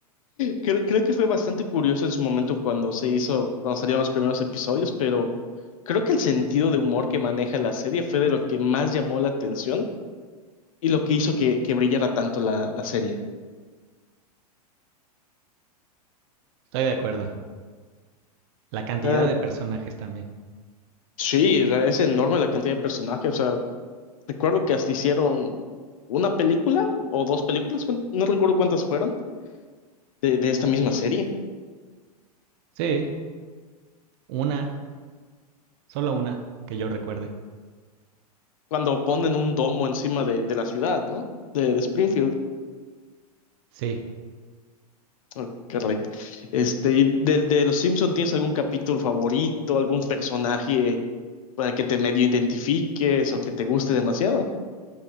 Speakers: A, on the left; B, on the right.
A: Creo, creo que fue bastante curioso en su momento cuando se hizo, cuando salieron los primeros episodios, pero creo que el sentido de humor que maneja la serie fue de lo que más llamó la atención y lo que hizo que, que brillara tanto la, la serie.
B: estoy de acuerdo. La cantidad
A: O
B: de personajes también.
A: sí, o sea, es enorme la cantidad de personajes. O sea, recuerdo que hasta hicieron una película o dos películas, cuán- no recuerdo cuántas fueron, de, de esta misma serie,
B: Sí, una, solo una, que yo recuerde.
A: cuando ponen un domo encima de, de la ciudad, ¿no? De, de Springfield.
B: Sí.
A: Oh, Correcto. Este, y del de los Simpson, ¿tienes algún capítulo favorito, algún personaje con el que te medio identifiques o que te guste demasiado?